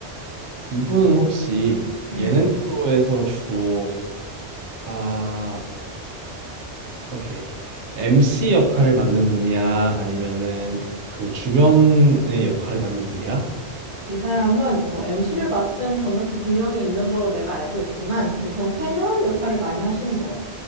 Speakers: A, on the right (about 80°); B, on the right (about 30°).
A: 이분은 혹시
B: 응.
A: 예능 프로에서 주로 아, 오케이. MC 역할을 맡는 분이야? 아니면은 그 주변의 역할을 맡는 분이야?
B: 이 사람은 뭐 MC를 맡은 경력도 분명히 있는 걸로 내가 알고 있지만 보통 패널 역할을 많이 하시는 것 같아.